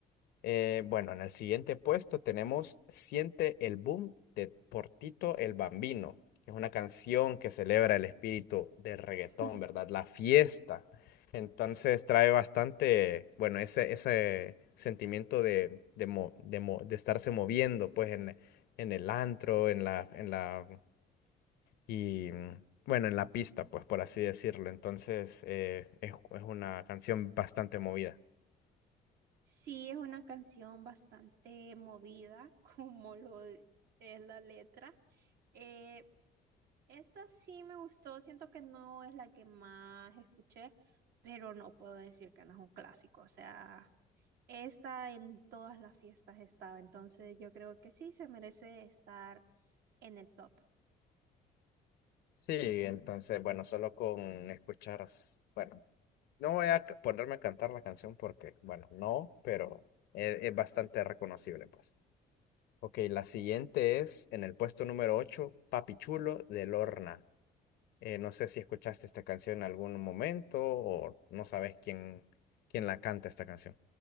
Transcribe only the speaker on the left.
Eh, bueno, en el siguiente puesto tenemos Siente el Boom de Portito el Bambino, que es una canción que celebra el espíritu del reggaetón,
¿verdad? La fiesta. Entonces trae bastante, bueno, ese, ese sentimiento de, de, mo- de mo- de estarse moviendo, pues, en, en el antro, en la, en la, y mm, bueno, en la pista, pues, por así decirlo. Entonces eh, es es una canción bastante movida.
Sí, entonces, bueno, solo con escuchar, s- bueno, no voy a c- ponerme a cantar la canción porque, bueno, no, pero e- es, bastante reconocible, pues. Ok, la siguiente es en el puesto número 8, Papi Chulo de Lorna. Eh, no sé si escuchaste esta canción en algún momento o no sabes quién, quién la canta esta canción.